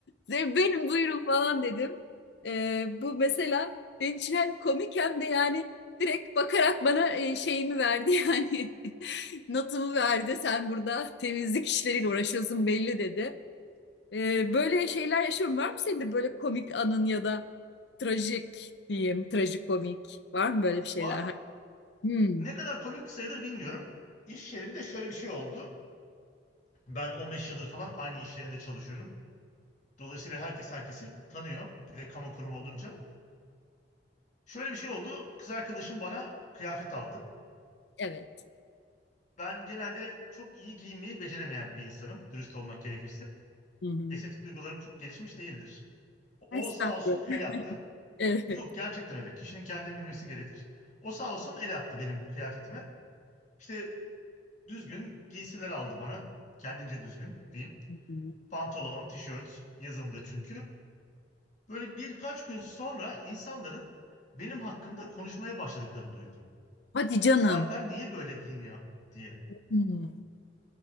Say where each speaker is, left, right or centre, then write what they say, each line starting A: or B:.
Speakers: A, on the left (about 65°); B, on the left (about 40°).
A: "Ze- Benim buyurun falan dedim. Ee, bu mesela benim için hem komik hem de yani direkt bakarak bana e, şeyimi verdi yani <laughs> notumu verdi. Sen burada temizlik işleriyle uğraşıyorsun belli dedi. Ee, böyle şeyler yaşıyorum. Var mı senin de böyle komik anın ya da trajik diyeyim, trajikomik? Var mı böyle bir şeyler?
B: Var.
A: Hmm.
B: Ne kadar komik sayılır bilmiyorum. İş yerinde şöyle bir şey oldu. Ben 15 yıldır falan aynı iş yerinde çalışıyorum. Dolayısıyla herkes herkesi tanıyor. Bir de kamu kurumu olunca. Şöyle bir şey oldu. Kız arkadaşım bana kıyafet aldı.
A: Evet.
B: Ben genelde çok iyi giyinmeyi beceremeyen bir insanım. Dürüst olmak gerekirse.
A: Hı hı.
B: Estetik duygularım çok gelişmiş değildir.
A: Estağfurullah.
B: O sağ olsun el attı.
A: Evet.
B: Yok gerçekten öyle. Kişinin kendini bilmesi gerekir. O sağ olsun el attı benim kıyafetime. İşte düzgün giysiler aldı bana. Kendince düzgün diyeyim.
A: <laughs>
B: Pantolon, tişört yazımdı çünkü. Böyle birkaç gün sonra insanların benim hakkımda konuşmaya başladıklarını duydum.
A: Hadi canım.
B: Sarper niye böyle giyiniyor diye.
A: Hmm.